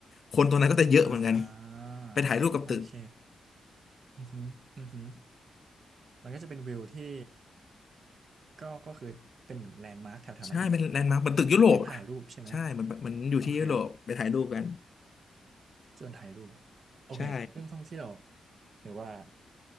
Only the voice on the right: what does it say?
อ่า
โอเคอือฮึอือฮึมันก็จะเป็นวิวที่ก็ก็คือเป็นเหมือนแลนด์มาร์คแถวๆนั้นอีก
เน้นถ่ายรูปใช่ไหม
โอเคส่วนถ่ายรูปโอเคเรื่องท่องเที่ยว
หรือว่า